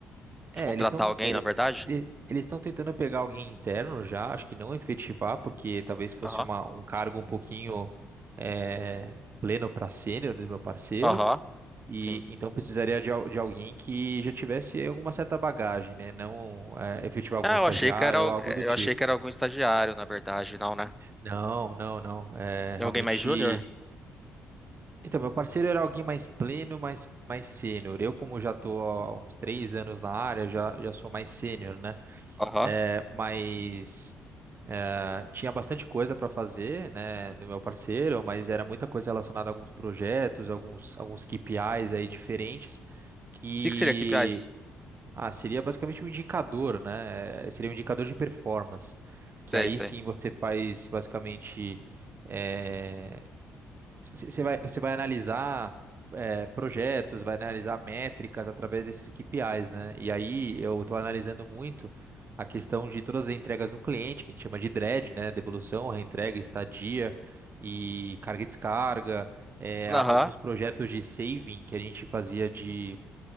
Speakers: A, on the right; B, in the centre.
A: É,
B: de contratar
A: eles estão
B: alguém, na verdade?
A: eles estão tentando pegar alguém interno já, acho que não efetivar, porque talvez fosse
B: Aham.
A: uma, um cargo um pouquinho é, pleno para sênior do meu parceiro,
B: Aham.
A: e
B: Sim.
A: então precisaria de, al- de alguém que já tivesse alguma certa bagagem, né? Não é, efetivar algum
B: Ah,
A: estagiário
B: eu achei que era, al-
A: ou algo
B: eh,
A: do tipo.
B: eu achei que era algum estagiário, na verdade, não, né?
A: Não, não, não. É,
B: É
A: realmente.
B: alguém mais júnior?
A: Então, meu parceiro era alguém mais pleno, mais, mais sênior. Eu, como já estou há uns três anos na área, já, já sou mais sênior, né?
B: Aham.
A: É,
B: O
A: mas eh, tinha bastante coisa para fazer, né, do meu parceiro, mas era muita coisa relacionada a alguns projetos, alguns, alguns KPIs aí diferentes, que
B: que que seria KPIs?
A: ah, seria basicamente um indicador, né? eh, Seria um indicador de performance, que
B: Sei,
A: aí
B: sei.
A: sim você faz basicamente é, você vai, você vai analisar é, projetos, vai analisar métricas através desses KPIs, né? E aí eu estou analisando muito a questão de todas as entregas no cliente, que a gente chama de DRED, né? Devolução, reentrega, estadia e carga e descarga. é,
B: Aham.
A: a- alguns projetos de saving que a gente fazia de